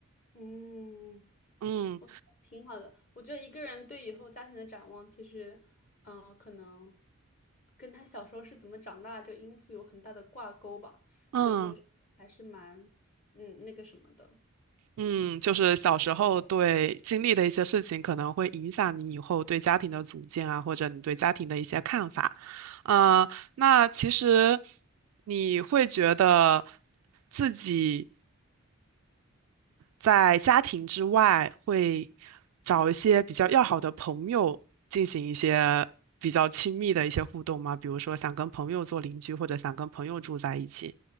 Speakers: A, on the left; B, on the right.
A: 嗯，
B: 嗯
A: 我觉得挺好的。我觉得一个人对以后家庭的展望，其实，嗯、可能跟他小时候是怎么长大这个因素有很大的挂钩吧，
B: 嗯。
A: 所以就是还是蛮，嗯，那个什么的。
B: 嗯，就是小时候对经历的一些事情，可能会影响你以后对家庭的组建啊，或者你对家庭的一些看法。呃，那其实你会觉得自己在家庭之外，会找一些比较要好的朋友进行一些比较亲密的一些互动吗？比如说想跟朋友做邻居，或者想跟朋友住在一起。